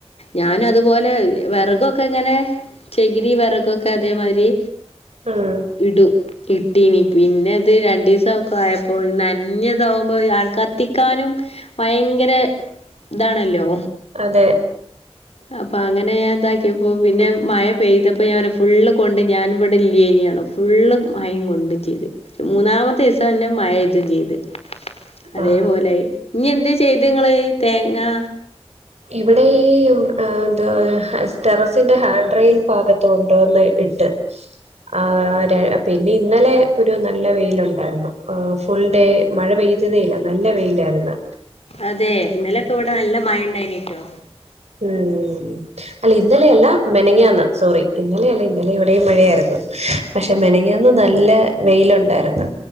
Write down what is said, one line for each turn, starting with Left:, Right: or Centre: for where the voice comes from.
Left: ഞാന് അതുപോലെ വിറകൊക്കെ ഇങ്ങനെ ചെകിരി വിറകൊക്കെ ഒക്കെ അതേമാതിരി
Right: ഉം
Left: ഇടും. ഇട്ടീന് പിന്നെത് രണ്ടു ദിവസം ഒക്കെ ആയപ്പോ നനഞ്ഞത് അകുമ്പോ ആൾ ക്കത്തിക്കാനും. ഭയങ്കര ഇതാണല്ലോ.
Right: അതെ
Left: അപ്പൊ അങ്ങനെ ഞാൻ ഇതാക്കിയപ്പോ പിന്നെ മഴ പെയ്തപ്പോ ഞാൻ ഫുള്ള് കൊണ്ട് ഞാനിവിടെ ഇല്ല്യനി ലോ ഫുള്ളും മൈം കൊണ്ടും ചെയ്തു മൂന്നാമത്തെ ദിസം തന്നെ മഴയ്തും ചെയ്തു അതേപോലെ
Right: ആഹ്
Left: ആയി ഇഞ്ഞ് എന്തേ ചെയ്ത്ങ്ങള് തേങ്ങാ
Right: ഇവിടെ ഈ എന്ത ടെറസിന്റെ ഹാൻഡ് റൈയിൽ ഭാഗത്ത് കൊണ്ടുവന്നു ഇട്ട് ആ് ര പിന്നെ ഇന്നലെ ഒരു നല്ല വെയില് ഉണ്ടാരുന്നു ഫുൾ ഡേ മഴ പെയ്തതേ ഇല്ല നല്ല വെയിലാരുന്ന്
Left: അതെ ഇന്നലക്ക ഇവിടെ നല്ല മഴ ഉണ്ടായിനിറ്റോ
Right: ഉം അല്ല ഇന്നലെയല്ല മെനങ്ങന്ന് സോറി ഇന്നലെയല്ല ഇന്നലെ ഇവിടെയും മഴയാരുന്നു പക്ഷെ മെനങ്ങന്ന് നല്ല വെയിലുണ്ടാരുന്നു